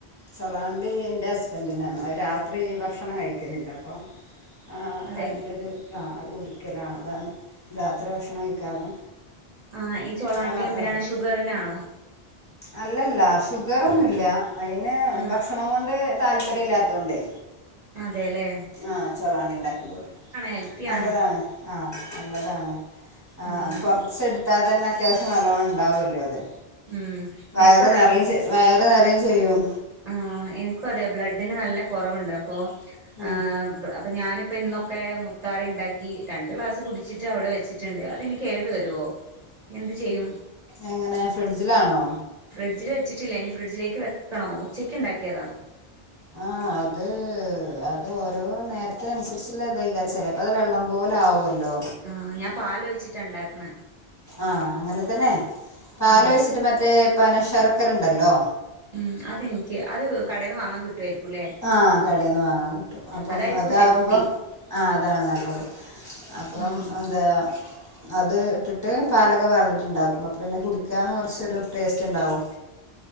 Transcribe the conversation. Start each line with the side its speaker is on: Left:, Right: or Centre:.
Left: ചൊളാണ്ടി ഇന്റെ ഹസ്ബന്റ്നാണ്. അഹ് രാത്രി ഭക്ഷണം കഴിക്കലില്ല അപ്പൊ ആഹ്
Right: അതെ
Left: അയിൻ്റത് ആഹ് അഹ് കുടിക്കലാണ് അതാണ് രാത്രി ഭക്ഷണം കഴിക്കാതെ
Right: ആഹ് ഈ ചൊളാണ്ടി
Left: അത് മാത്രം
Right: എന്തിനാണ്?
Left: കഴിക്കും
Right: ഷുഗറിനാണോ?
Left: അല്ലല്ല ഷുഗറൊന്നുല്ല അയിന്
Right: ആഹ്
Left: ഭക്ഷണം കൊണ്ട് താല്പര്യം ഇല്ലാത്തോണ്ടേ.
Right: അതേലെ?
Left: ആഹ് ചൊളാണ്ടിണ്ടാക്കി കൊട്ക്കും
Right: ഹെൽത്തിയാണ്
Left: നല്ലതാണ്. ആഹ് നല്ലതാണ്. ആ
Right: ഉം
Left: കൊറച്ച് ഇട്ത്താതന്നെ അത്യാവശ്യം നല്ലോണം ഇണ്ടാവൊല്ലോ അത്.
Right: ഉം
Left: വയറ്
Right: എനിക്കും അതെ
Left: നറയും ചെ വയറ് നറയും ചെയ്യും.
Right: ആഹ് എനിക്കും അതെ ബ്ലഡിന് നല്ല കൊറവ്ണ്ട് അപ്പൊ
Left: ഉം
Right: ആഹ് അ അപ്പൊ ഞാനിപ്പോ ഇന്നൊക്കെ മുത്താറി ഇണ്ടാക്കി രണ്ട് ഗ്ലാസ് കുടിച്ചിട്ട് അവടെ വച്ചിട്ട്ണ്ട് അത് ഇനി കേട് വരോ? എന്ത് ചെയ്യും?
Left: എങ്ങനെ ഫ്രിഡ്ജ്ലാണോ?
Right: ഫ്രിഡ്ജ്ല് വെച്ചിട്ടില്ല ഇനി ഫ്രിഡ്ജിലേക്ക് വെക്കണോ? ഉച്ചക്ക് ഇണ്ടാക്ക്യേതാ.
Left: ആഹ് അത് അത് ഓരോ നേരത്തിനന്സരിച്ച്ള്ളെ ഇതെയ്ക്കാരം ചെലേപ്പത് വെള്ളം പോലാവൊല്ലോ.
Right: ആഹ് ഞാൻ പാലൊഴിച്ച്ട്ടാ ഇണ്ടാക്ക്ണെ.
Left: ആഹ് അങ്ങനെ തന്നെ പാലൊഴിച്ച്ട്ട്
Right: ആഹ്
Left: മറ്റേ പനശർക്കരണ്ടല്ലോ
Right: ഉം അതെൻക്ക് അത് കടേന്ന് വാങ്ങാം കിട്ടു വായിരിക്കുംലേ?
Left: ആഹ് കടേന്ന് വാങ്ങാം കിട്ടും. അപ്പം
Right: അതായിരിക്കും
Left: അതാവുമ്പം
Right: ഹെൽത്തി
Left: ആഹ് അതാണ് നല്ലത് അപ്പം
Right: ആഹ്
Left: എന്താ അത് ഇട്ട്ട്ട് പാലൊക്കെ പാർന്ന്ട്ട് ഇണ്ടാക്കും. അപ്പപിന്നെ കുടിക്കാനും കൊറച്ചൊര് ടേസ്റ്റ്ണ്ടാവും.